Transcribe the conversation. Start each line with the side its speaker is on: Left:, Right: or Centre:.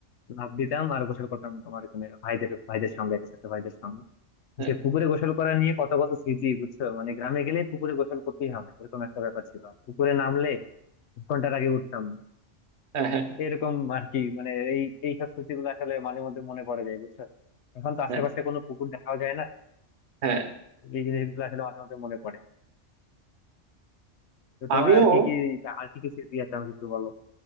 Left: লাফ দিতাম আর গোসল করতাম তোমার এখানে ভাইদের ভাইদের সঙ্গে ছোট ভাইদের সঙ্গে
Right: হ্যাঁ
Left: সে পুকুরে গোসল করা নিয়ে কত কত স্মৃতি বুঝছো মানে গ্রামে গেলে পুকুরে গোসল করতেই হবে এরকম একটা ব্যাপার ছিল আর পুকুরে নামলে এক ঘন্টার আগে উঠতাম না
Right: হ্যাঁ
Left: এরকম আর কি মানে এই এইসব স্মৃতিগুলো আসলে মাঝে মধ্যে মনে পড়ে যায় বুঝছো এখন তো আশেপাশে
Right: হ্যাঁ
Left: কোনো পুকুর দেখাও যায় না
Right: হ্যাঁ।
Left: এই জিনিসগুলো আসলে মাঝে মধ্যে মনে পড়ে তো তোমার
Right: আমিও
Left: আর কি কি আর কি কি স্মৃতি আছে আমাকে একটু বলো